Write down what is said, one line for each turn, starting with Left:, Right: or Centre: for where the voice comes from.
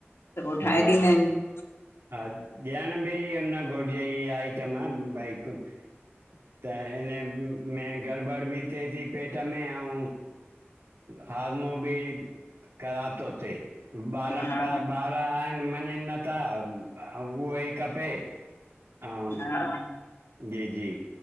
Left: त पो ठाहे
Right: हा
Left: ॾींदा आहियूंन।
Right: हा ॾियण बि इह्ये न घुरिजे इह्ये आइटम भई हिकु त हिन में गड़बड़ि बि थिए ती पेट में अऊं हाज़मो बि ख़राब तो थिए, ॿार
Left: हा
Right: पर ॿार आहिनि मञिंनिं नथा, अंउं उहोई खपे। ऐं
Left: हा।
Right: जी जी।